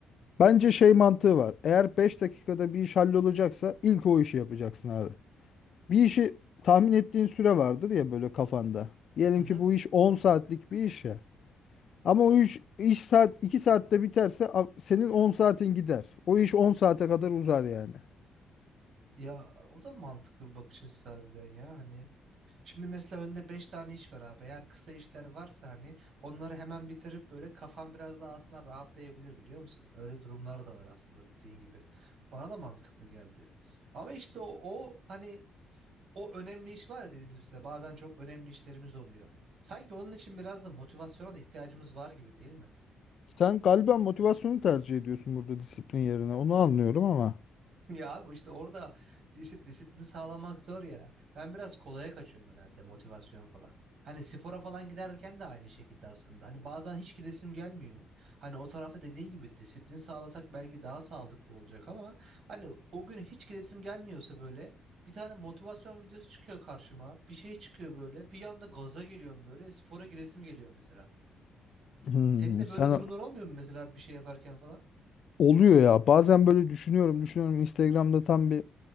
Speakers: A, on the left; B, on the right.
A: Bence şey mantığı var. Eğer 5 dakikada bir iş hallolacaksa ilk o işi yapacaksın abi. Bir işi tahmin ettiğin süre vardır ya böyle kafanda. Diyelim
B: Hı hı.
A: ki bu iş 10 saatlik bir iş ya. Ama o iş, iş saat 2 saatte biterse a- senin on saatin gider. O iş 10 saate kadar uzar yani.
B: Ya o da mantıklı bir bakış açısı harbiden ya. Hani Şimdi mesela önde 5 tane iş var abi. Eğer kısa işler varsa hani onları hemen bitirip böyle kafan biraz daha aslında rahatlayabilir biliyor musun? Öyle durumlar da var aslında dediğin gibi. Bana da mantıklı geldi. Ama işte o, o hani o önemli iş var ya dediğimiz üzere bazen çok önemli işlerimiz oluyor. Sanki onun için biraz da motivasyona da ihtiyacımız var gibi değil mi?
A: Sen galiba motivasyonu tercih ediyorsun burada disiplin yerine. Onu anlıyorum ama.
B: Ya abi işte orada işte disiplini sağlamak zor ya. Ben biraz kolaya kaçıyorum herhalde motivasyon falan. Hani spora falan giderken de aynı şekilde aslında. Hani bazen hiç gidesim gelmiyor. Hani o tarafta dediğin gibi disiplin sağlasak belki daha sağlıklı olacak ama hani o gün hiç gidesim gelmiyorsa böyle bir tane motivasyon videosu çıkıyor karşıma. Bir şey çıkıyor böyle. Bir anda gaza geliyorum böyle. Spora gidesim geliyor mesela.
A: Hmm,
B: Senin de böyle
A: sen
B: durumlar olmuyor mu mesela bir şey yaparken falan?
A: oluyor ya. Bazen böyle düşünüyorum, düşünüyorum. Instagram'da tam bir